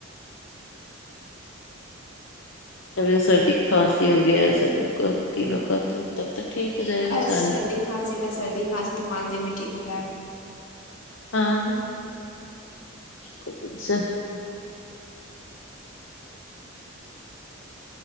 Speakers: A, on the left; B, on the left.
A: جب سردی کھانسی ہو گیا ہے سب لوگ کا تینوں کا تو تب تک ٹھیک ہو جائے گا
B: ارے
A: ان شاء
B: سردی
A: اللہ
B: کھانسی کا سردی کھانسی تو پانچ دن میں ٹھیک ہو جائے ہے
A: ہاں کوئی ٹینشن